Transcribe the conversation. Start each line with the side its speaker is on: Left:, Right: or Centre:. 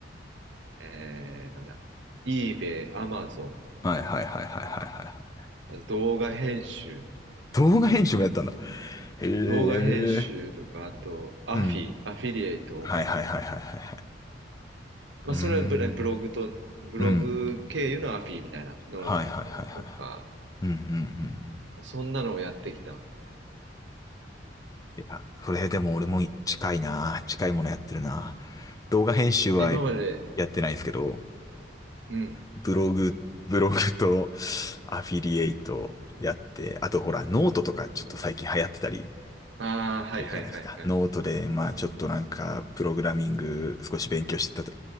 Right: えー、なんだ、eBay、Amazon、
Left: はいはいはいはいはいはいはいはいはいはい。
Right: 動画編集、
Left: 動画編集もやったんだ。へえ。
Right: 動画編集とか、あと、アフィ、
Left: うん。
Right: アフィリエイト。
Left: はいはいはいはいはいはい。
Right: まあ、
Left: うーん。
Right: それはブロブログと、ブログ経由のアフィみたいなのとか、
Left: うん。はいはいはいはいはい。うんうんうんうん。
Right: まあ、そんなのをやってきた。
Left: いや、それでも俺も近いな。近いものやってるな。動画編集は
Right: え今まで、
Left: やってないんですけど、
Right: うん。
Left: ブログ、ブログとアフィリエイトやって、あとほら、ノートとかちょっと最近流行ってたり
Right: ああ、はいはいはいはい。
Left: するじゃないですか。ノートで、まあちょっとなんか、プログラミング少し勉強してた、